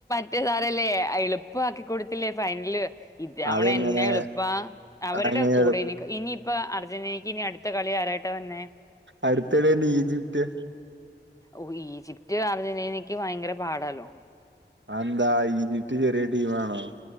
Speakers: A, on the left; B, on the right.
A: റ്റേ സാറല്ലേ എളുപ്പാക്കി കൊടുത്തില്ലേ ഫൈൻല്. ഇത്തവണ
B: അതെങ്ങനെ
A: എന്നെ എളുപ്പാ അവര്ടെ
B: അങ്ങനെ
A: കൂടെ ഇനി ഇനിപ്പ അർജന്റീനക്ക് ഇനി അടുത്ത കളി ആരായിട്ടാ വന്നെ
B: അടുത്തേലെര്ന് ഈജിപ്ത്
A: ഓ ഈജിപ്റ്റ് അർജന്റീനക്ക് വയങ്കര പാടാല്ലോ
B: അതെന്താ ഈജിപ്റ്റ് ചെറ്യേ ടീമാണോ